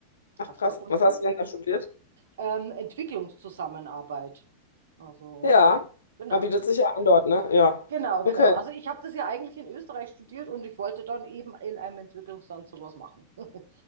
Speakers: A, on the left; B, on the right.
A: ach
B: auf
A: krass.
B: der Uni,
A: Was hast du denn da studiert?
B: ähm, Entwicklungszusammenarbeit. Also,
A: Ja.
B: genau.
A: Da bietet sich ja an dort, ne? Ja.
B: Genau,
A: Okay,
B: genau. Also ich habe das ja eigentlich in Österreich studiert und ich wollte dann eben in einem Entwicklungsland sowas machen. <laughs>